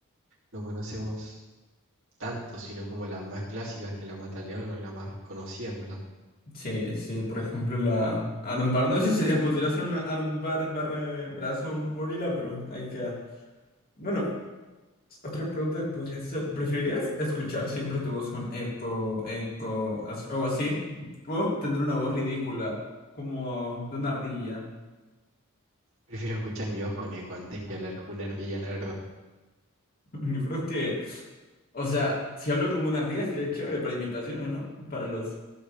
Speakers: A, on the right (about 60°); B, on the left (about 40°).
A: no conocemos tanto, sino como las más clásicas que la mata león o la más conocida, en verdad.
B: Sí, sí, por ejemplo la armbar. No sé si sería posible hacer una armbar barra de brazo a un gorila, pero ahí queda. Bueno. Otra pregunta que podría ser, ¿preferirías escuchar siempre tu voz con eco, eco, as- algo así? ¿O tener una voz ridícula, como de una ardilla?
A: Prefiero escuchar mi voz con eco antes que hablar con una ardilla, la verdad.
B: <laughs> Yo creo que, o sea, si hablo como una ardilla estaría chévere para imitaciones, ¿no? Para los,